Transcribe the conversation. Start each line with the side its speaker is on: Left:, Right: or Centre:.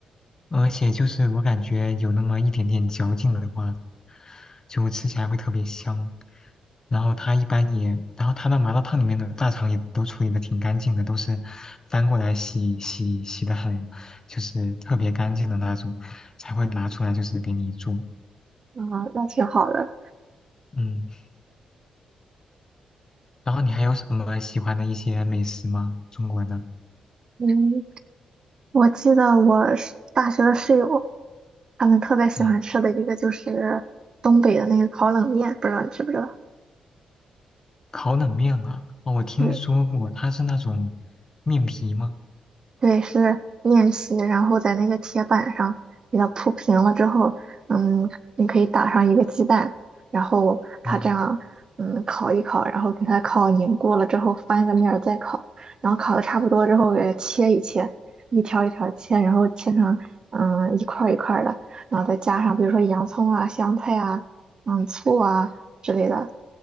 Left: 而且就是我感觉有那么一点点嚼劲的话，就吃起来会特别香。然后它一般也，然后它那麻辣烫里面的大肠也都处理的挺干净的，都是翻过来洗洗洗的很，就是特别干净的那种，才会拿出来就是给你做。
Right: 啊，那挺好的。
Left: 嗯，然后你还有什么喜欢的一些美食吗？中国的？
Right: 嗯，我记得我是大学的室友，他们特别喜欢吃的一个就是东北的那个烤冷面，
Left: 嗯。
Right: 不知道你知不知道？
Left: 烤冷面啊，哦，我听说过，
Right: 对。
Left: 它是那种面皮吗？
Right: 对，是面皮，然后在那个铁板上给它铺平了之后，嗯，你可以打上一个鸡蛋，然后它这样，
Left: 哦
Right: 嗯，烤一烤，然后给它烤凝固了之后翻个面儿再烤，然后烤的差不多之后给它切一切，一条一条切，然后切成嗯一块儿一块儿的，然后再加上比如说洋葱啊、香菜啊、嗯醋啊之类的，